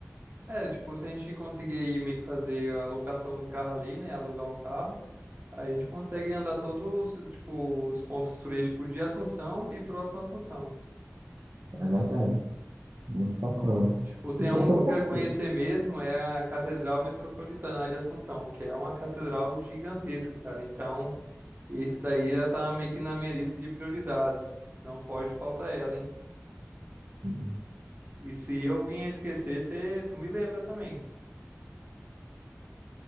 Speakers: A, on the right; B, on the right.
A: é, tipo, se a gente conseguir aí meio que fazer a locação do carro ali, né? Alugar o carro, aí a gente consegue andar todos, tipo, os pontos turísticos de Assunção e próximo a Assunção.
B: É verdade. Muito bacana.
A: Tipo, tem
B: E tem
A: um
B: tanto
A: que eu quero
B: passeio,
A: conhecer mesmo, é a Catedral Metropolitana de Assunção, que é uma catedral gigantesca, cara. Então. Esse daí já tá meio que na minha lista de prioridades. Não pode faltar ela, hein?
B: né?
A: E se eu vinha esquecer, cê, tu me lembra também.